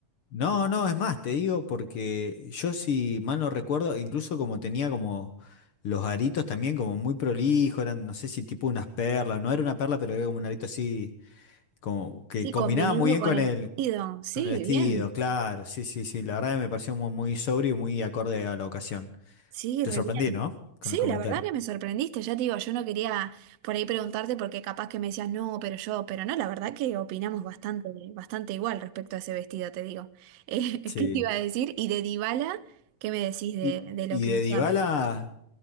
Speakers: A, on the left; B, on the right.
A: No, no, es más, te digo porque yo si mal no recuerdo, incluso como tenía como los aritos también como muy prolijo, eran no sé si tipo unas perlas, no era una perla, pero era como un arito así, como que
B: Sí,
A: combinaba
B: combinando
A: muy bien
B: con
A: con
B: el
A: el,
B: vestido, sí,
A: con el vestido,
B: bien,
A: claro, sí, sí, sí, la verdad que me pareció muy, muy sobrio y muy acorde a la ocasión.
B: sí,
A: Te
B: re
A: sorprendí,
B: bien.
A: ¿no? Con
B: Sí,
A: el comentario.
B: la verdad que me sorprendiste, ya te digo, yo no quería por ahí preguntarte porque capaz que me decías no, pero yo, pero no, la verdad que opinamos bastante, bastante igual respecto a ese vestido, te digo. Eh, <laughs>
A: Sí.
B: ¿qué te iba a decir? Y de Dybala, ¿qué me decís de,
A: Y,
B: de
A: y
B: lo que
A: de
B: usó?
A: Dybala,